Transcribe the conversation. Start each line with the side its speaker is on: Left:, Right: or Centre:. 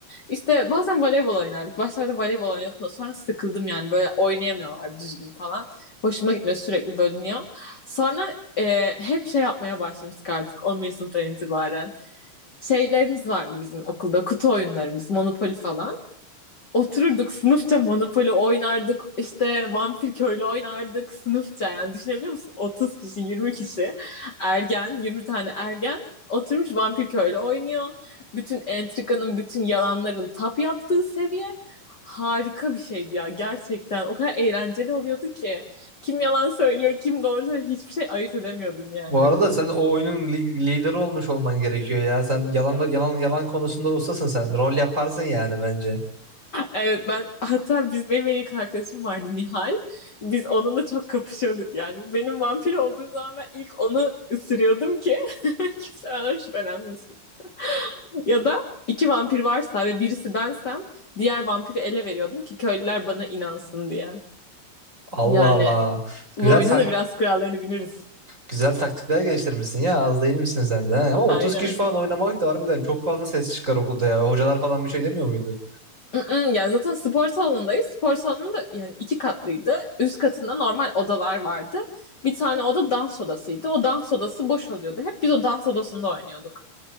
Left: İşte bazen voleybol oynardık. Başlarda voleybol oynuyordum da sonra sıkıldım yani böyle oynayamıyorlar düzgün falan. Hoşuma gitmiyor sürekli bölünüyor. Sonra e, hep şey yapmaya başlamıştık artık 11. sınıftan itibaren şeylerimiz vardı bizim okulda kutu oyunlarımız Monopoly falan. Otururduk sınıfça Monopoly oynardık işte Vampir Köylü oynardık sınıfça yani düşünebiliyor musun 30 kişi 20 kişi ergen 20 tane ergen oturmuş Vampir Köylü oynuyor. Bütün entrikanın bütün yalanların tap yaptığı seviye harika bir şeydi ya gerçekten o kadar eğlenceli oluyordu ki kim yalan söylüyor kim doğru söylüyor hiçbir şey ayırt edemiyordun yani.
Right: Bu arada sen o oyunun li- lideri olmuş olman gerekiyor ya. Sen yalan yalan yalan konusunda ustasın sen. Rol yaparsın yani bence.
Left: Evet ben hatta biz benim en yakın arkadaşım vardı Nihal. Biz onunla çok kapışıyorduk yani. Benim vampir olduğum zaman ben ilk onu ısırıyordum ki <laughs> kimse benden şüphelenmesin. Ya da iki vampir varsa ve birisi bensem diğer vampiri ele veriyordum ki köylüler bana inansın diye.
Right: Allah
Left: Yani
Right: Allah.
Left: bu
Right: Güzel
Left: oyunun
Right: tak
Left: da biraz kurallarını biliriz.
Right: güzel taktikler geliştirmişsin ya. Az değil misin sen de? he? Ama 30
Left: Aynen.
Right: kişi falan oynamak da harbiden çok fazla ses çıkar okulda ya. Hocalar falan bir şey demiyor muydu?
Left: Mm-mm, Yani zaten spor salonundayız. Spor salonu da yani iki katlıydı. Üst katında normal odalar vardı. Bir tane oda dans odasıydı. O dans odası boş oluyordu. Hep biz o dans odasında oynuyorduk.